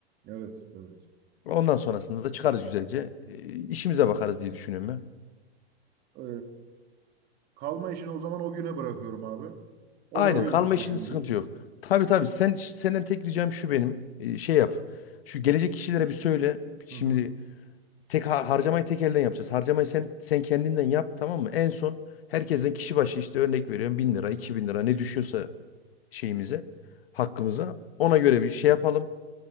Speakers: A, on the right; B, on the left.
A: Evet, evet.
B: Ondan sonrasında da çıkarız güzelce e, işimize bakarız diye düşünüyorum ben.
A: Ee, kalma işini o zaman o güne bırakıyorum abi. Onu
B: Aynen
A: o gün
B: kalma
A: düşünürüz.
B: işinde sıkıntı yok. Tabii tabii sen senden tek ricam şu benim E, şey yap. Şu gelecek kişilere bir söyle. Şimdi
A: Hı hı.
B: Tek ha- harcamayı tek elden yapacağız. Harcamayı sen sen kendinden yap tamam mı? En son herkesten kişi başı işte örnek veriyorum 1000 lira, 2000 lira ne düşüyorsa şeyimize, hakkımıza ona göre bir şey yapalım.